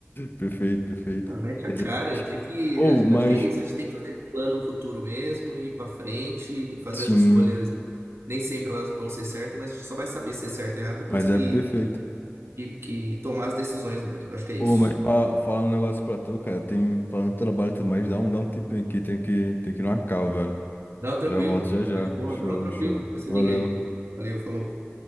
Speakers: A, on the left; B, on the right.
A: Perfeito, perfeito.
B: Ah, mete
A: Exatamente.
B: a cara, tem que.
A: Ou,
B: a
A: mas.
B: Acho que é isso. A gente tem que fazer plano futuro mesmo, ir pra frente e fazer
A: Sim,
B: as escolhas. Nem sempre elas vão ser certas, mas a gente só vai saber se é certo ou errado depois
A: mas
B: que,
A: é perfeito.
B: que, que tomar as decisões mesmo. Acho que é
A: Ou,
B: isso.
A: mas fa- falar um negócio pra tu, cara. Tem, falando de trabalho e tudo mais, dá um, dá um tempinho aqui. Tem que, tem que ir numa cal velho.
B: Não, tranquilo.
A: Já volto, já
B: Fica
A: já.
B: de boa.
A: Show,
B: Não, tranquilo.
A: show.
B: Depois você
A: Valeu.
B: liga aí. Valeu, falou.